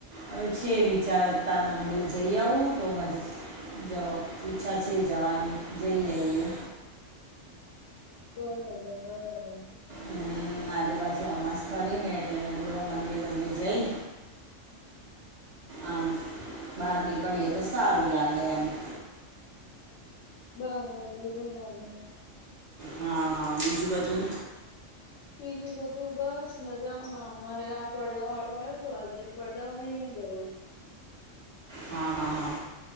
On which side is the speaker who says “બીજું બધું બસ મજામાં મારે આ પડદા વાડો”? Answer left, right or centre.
Left